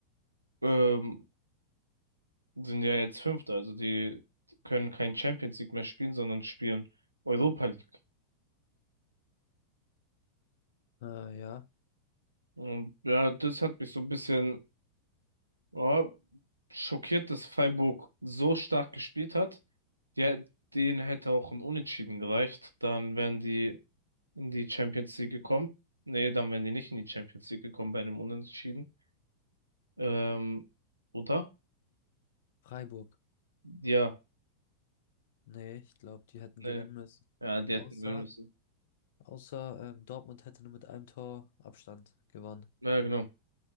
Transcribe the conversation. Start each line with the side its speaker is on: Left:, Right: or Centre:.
Right: ähm, sind ja jetzt Fünfte. Also die können kein Champions League mehr spielen, sondern spielen Europa League.
Left: äh, ja.
Right: Und ja, das hat mich so ein bisschen, ja, schockiert, dass Freiburg so stark gespielt hat. Ja, denen hätte auch ein Unentschieden gereicht. Dann wären die in die Champions League gekommen. Nee, dann wären die nicht in die Champions League gekommen bei einem Unentschieden. Ähm, oder?
Left: Freiburg.
Right: Ja,
Left: Nee, ich glaube, die hätten
Right: nee.
Left: gewinnen müssen.
Right: Ja, die
Left: Außer,
Right: hätten gewinnen müssen.
Left: außer ähm, Dortmund hätte nur mit einem Tor Abstand gewonnen.
Right: Ja, genau.